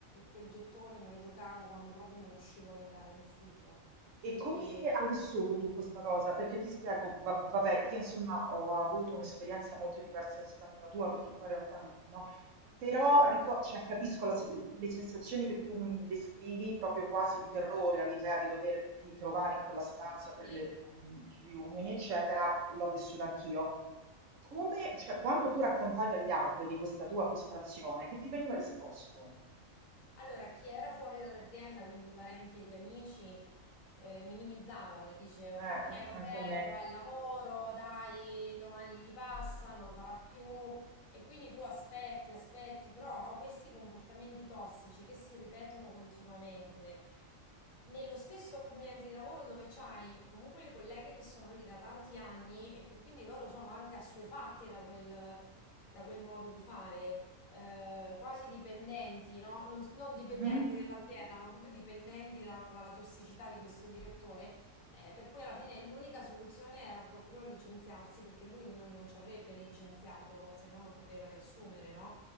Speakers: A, on the left (about 75°); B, on the right (about 70°).
A: quel gettone me lo giocavo quando proprio non riuscivo ad andare in ufficio.
B: E come
A: E
B: hai vissuto tu questa cosa? Perché ti spiego, va- vabbè, io insomma ho avuto un'esperienza molto diversa rispetto alla tua, perché poi in realtà no, no. Però ricor- cioè, capisco la se- le sensazioni che tu mi descrivi, proprio quasi di terrore all'idea di doverti trovare in quella stanza per
A: sì.
B: le riun- riunioni, eccetera, l'ho vissuta anch'io. Come, cioè, quando tu raccontavi agli altri di questa tua frustrazione, che ti veniva risposto?
A: Allora, chi era fuori dall'azienda, quindi i parenti e gli amici, eh, minimizzavano e dicevano:
B: Eh,
A: Eh, vabbè,
B: anche a me.
A: però è il lavoro, dai, domani gli passa, non lo farà più. E quindi tu aspetti, aspetti, però questi comportamenti tossici che si ripetono continuamente nello stesso ambiente di lavoro dove c'hai comunque le colleghe che sono lì da tanti anni e che quindi loro sono anche assuefatte da quel da quel modo di fare eh, quasi dipendenti, no? Non, non dipendenti
B: Mhm,
A: dell'azienda, ma proprio dipendenti da- dalla tossicità di questo direttore. eh, per cui alla fine l'unica soluzione era proprio licenziarsi, perché lui non, non ci avrebbe licenziato, se no non poteva riassumere, no?